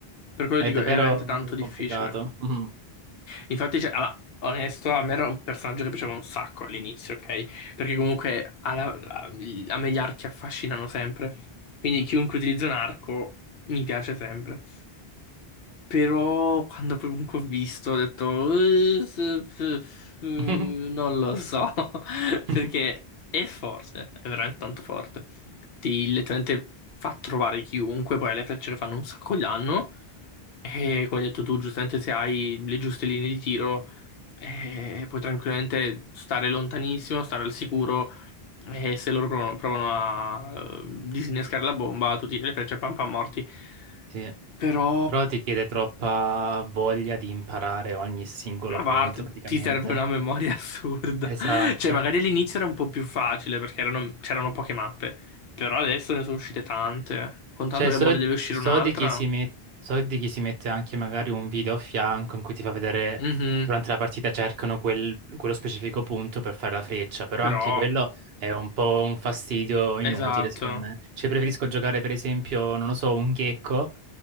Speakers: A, on the left (about 70°); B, on the right (about 70°).
A: Per quello
B: È
A: dico,
B: davvero
A: è veramente tanto difficile.
B: complicato. Mhm.
A: Infatti, cioè, allora, onesto, a me era un personaggio che piaceva un sacco all'inizio, ok? Perché comunque alla- la- a me gli archi affascinano sempre. Quindi chiunque utilizza un arco mi piace sempre. Però quando poi comunque ho visto, ho detto... "Eh, se- se- se- Non
B: Mm.
A: lo so. <laughs>
B: <laughs>
A: Perché è forte, è veramente tanto forte. Ti letteralmente fa trovare chiunque, poi ha le frecce che fanno un sacco di danno. E come hai detto tu, giustamente, se hai le giuste linee di tiro, eh, puoi tranquillamente stare lontanissimo, stare al sicuro. E se loro provano, provano a eh, disinnescare la bomba, tu tiri le frecce pam pam morti.
B: Sì,
A: Però,
B: però ti chiede troppa voglia di imparare ogni singolo
A: ma
B: punto
A: a parte,
B: praticamente.
A: ti serve una memoria <laughs> assurda.
B: Esatto.
A: Cioè, magari all'inizio era un po' più facile perché erano- c'erano poche mappe. Però adesso ne sono uscite tante. Contando
B: Cioè,
A: che
B: so,
A: mo ne deve uscire
B: so
A: un'altra.
B: di chi si met- so di chi si mette anche magari un video a fianco in cui ti fa vedere
A: Mhm.
B: durante la partita cercano quel- quello specifico punto per fare la freccia, però
A: Però,
B: anche quello è un po' un fastidio inutile,
A: esatto.
B: secondo me. Cioè, preferisco giocare, per esempio, non lo so, un gecko